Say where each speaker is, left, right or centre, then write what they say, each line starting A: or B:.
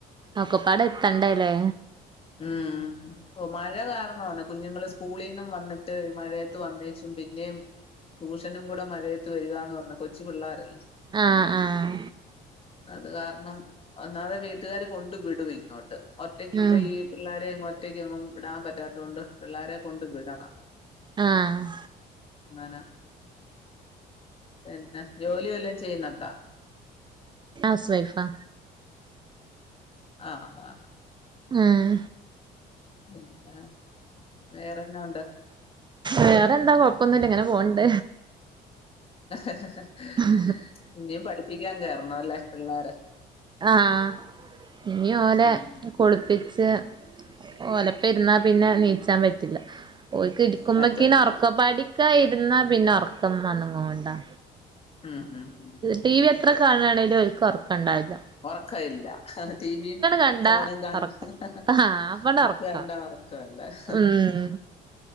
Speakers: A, on the right (about 25°); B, on the left (about 35°).
A: ഒക്കപ്പാടെ എത്തണ്ടേല്ലേ
B: ഉം ഓഹ് മഴ കാരണാണ് കുഞ്ഞുങ്ങള് സ്കൂളീന്നും വന്നിട്ട് മഴയത്ത് വന്നേച്ചും പിന്നെയും ട്യൂഷനും കൂടെ മഴയത്ത് വരികാന്ന് പറഞ്ഞു കൊച്ച് പിള്ളേരല്ലേ
A: അ ആഹ്
B: അത് കാരണം ഒന്നാതെ വീട്ടുകാര് കൊണ്ട് വിടും ഇങ്ങോട്ട് ഒറ്റക്കിപ്പ
A: ഉം
B: ഈ പിള്ളാരയങ്ങും ഒറ്റയ്ക്ക് എങ്ങും വിടാൻ പറ്റാത്തത് കൊണ്ട് പിള്ളോരെ കൊണ്ട് വിടണം
A: ആഹ്
B: അങ്ങനെ പിന്നെ ജോലി വല്ലോം ചെയ്യുന്നുണ്ടാ
A: ഹൗസ് വൈഫാ
B: അ ആഹ്
A: ഉം
B: ഉം ഉം പിന്ന വേറെന്നാ ഉണ്ട്
A: വേറെന്താ കൊഴപ്പൊന്നില്ല എങ്ങനെ പോണ്ട
B: <unintelligible>
A: <unintelligible>
B: ഇന്ത് പഠിപ്പിക്കാൻ കയറണംല്ലേ പിള്ളോര
A: ആഹ് ഇഞൊലെ
B: ഉം ഉം
A: കുളിപ്പിച്ച് ഓ ഒലപ്പ ഇരുന്നാ പിന്നെ നീച്ചാൻ പറ്റില്ല ഓൽക്ക് ഇരിക്കുമ്പക്കന്നേ
B: പറ്റത്തില്ല
A: ഉറക്കപ്പാടി ക്ക ഇരുന്നാ പിന്നെ ഉറക്കംന്നങ്ങ കൊണ്ടോ
B: ഉം ഉം ഉം
A: ടി വി എത്ര കാണയാണെങ്കിലും ഓല്ക്ക് ഒർക്കണ്ടാവില്ല
B: ഉറക്ക ഇല്ല ടിവും
A: കണ്ടാ
B: ഫോണും കാണുന്ന
A: ഒറക്ക ആഹ് അപ്പണ്ട്
B: ഒക്കെണ്ടറ
A: ഒറക്ക
B: ക്കല്ല <inaudible>
A: ഉം